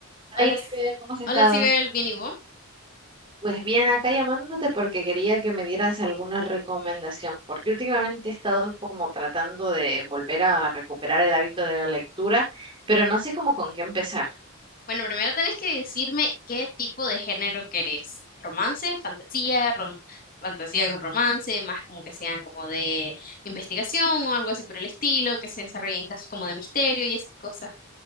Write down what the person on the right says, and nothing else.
Hola
Jennifer,
¿cómo has estado?
Pues bien, acá llamándote porque quería que me dieras alguna recomendación, porque últimamente he estado como tratando de volver a recuperar el hábito de la lectura, pero no sé cómo con qué empezar.